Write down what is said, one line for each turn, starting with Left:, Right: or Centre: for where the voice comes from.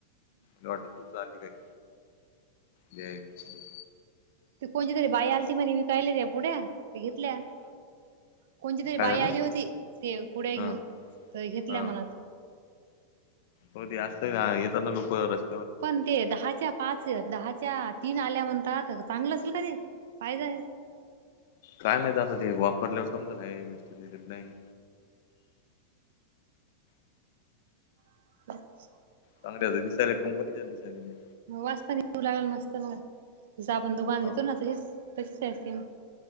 Left: लॉट चाली काय ऐक द्यायचं.
Right: ती कोणची तरी बाई आलती म्हणे विकायला त्या पुढ्या तर घेतल्या. कोणची तरी
Left: काय
Right: बाई
Left: झालं
Right: आली होती. ते पुढ्या घेऊन
Left: हा
Right: तर घेतल्या
Left: हा
Right: म्हणात.
Left: हो ते असतं ना, येताना लोक रस
Right: पण ते दहाच्या पाच. दहाच्या तीन आल्या म्हणतात. चांगलं असेल का ते काय तर.
Left: काय माहित आता ते वापरल्यावर समजा ना व्यस्च्यात नाही.
Right: <unintelligible>
Left: चांगले ते दिसायला कंपनीच्या दिसायला त्या.
Right: वास पण येऊ लागल मस्त म जस आपण दुकान
Left: हो
Right: घेतो ना तशीच तशीच आहे सेम.